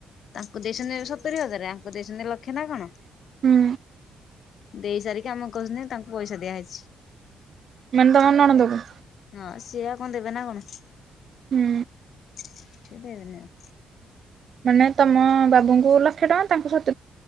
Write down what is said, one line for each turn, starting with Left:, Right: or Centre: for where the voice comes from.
Left: ତାଙ୍କୁ ଦେଇଛନ୍ତି ସତୁରି ହଜାର ତାଙ୍କୁ ଦେଇଛନ୍ତି ଲକ୍ଷ ନା କଣ?
Right: ହୁଁ।
Left: ଦେଇ ସାରିକି ଆମ କୁ କହୁଛନ୍ତି ତାଙ୍କୁ ପଇସା ଦିଆହେଇଛି।
Right: ମୋନେ ତୁମ ନଣଦ କୁ
Left: ହଁ ସିଏ ଆଉ ଦେବେ ନା କଣ ସିଏ
Right: ହୁଁ
Left: ଦେବେନି ଆଉ।
Right: ମାନେ ତମ ବାବୁଙ୍କୁ ଲକ୍ଷେ ଟଙ୍କା ତାଙ୍କୁ ସବୁ